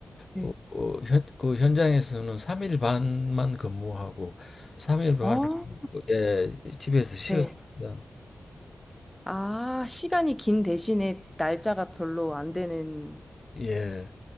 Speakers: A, in the centre; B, on the left (about 35°).
A: 네.
B: 뭐, 어, 현, 그 현장에서는 3일 반만 근무하고 3일 반을
A: 어,
B: 예, 집에서 쉬었습니다.
A: 네. 아, 시간이 긴 대신에 날짜가 별로 안 되는
B: 예.